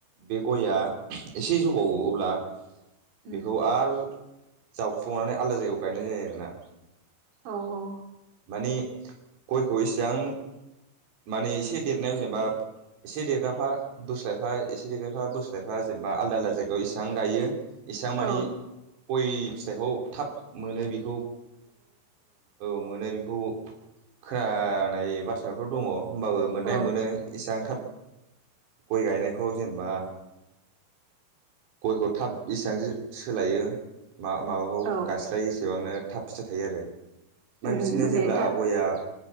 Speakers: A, on the right; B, on the right.
A: बे गयआ एसे जौबावो अब्ला
B: उम
A: बेखौ आरो जावखुनानै आलदा जायगायाव गायनाय जायो आरोना।
B: औ औ।
A: ने गयखौ इसेबां माने एसे देरनायाव जेनेबा एसे देरगाफा बोस्लायफा, एसे देरगाफा बोस्लायफा जेनबा आलदा -आलदा जायगायाव इसां गायो इसेबां माने,
B: औ
A: गय फिथाइखौ थाब मोन बेखौ औ मोनो बेखौ खोनानाय बाथ्राफोर दङ। होमबाबो मोननाया
B: औ
A: मोनो इसेबां थाब गय -गायनायखौ जेनेबा गयखौ थाब इसेबां सोलायो। मा -माबाखौ
B: औ
A: गायस्लायो एसेबांनो थाब फिथाइ थायो आरो। ओमफ्राय
B: उम
A: बिदिनो
B: उम माने
A: जेब्ला
B: था
A: गयआ